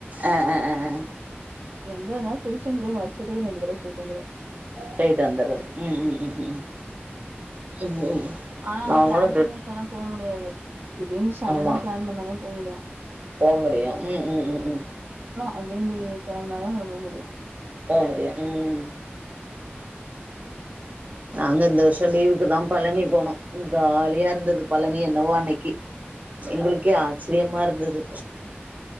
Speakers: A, on the right; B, on the right.
A: ஆ ஆ ஆ ஆ
B: எங்கருந்தாலு திருச்செந்தூர் வருஷத்து ரெண்டு தடவ போய்ட்டு வந்துருவே
A: போயிட்டு வந்துறது ம் ம் ம் ம் ம்
B: ஆனா
A: நாங்களு
B: பிளான் பண்ணி வச்சாலா போ முடியாது திடீர்ன்னு சடனா
A: ஆமா
B: பிளான் பண்ணாதா போ முடியு
A: போ முடியு ம் ம் ம் ம்
B: அப்டின்னு கெளம்புனாதா கெளம்ப முடியு
A: போ முடியு ம் நாங்க இந்த வருஷ லீவுக்கு தா பழனி போனோ காலியா இருந்துது பழனி என்னவோ அன்னிக்கி எங்களுக்கே ஆச்சிரியமா இருந்துது